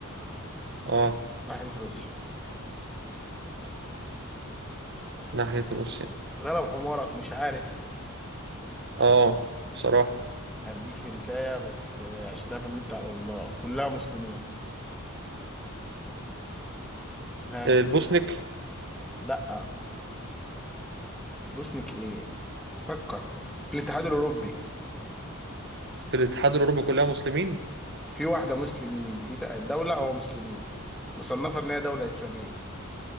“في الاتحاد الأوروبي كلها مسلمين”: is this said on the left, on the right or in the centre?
Right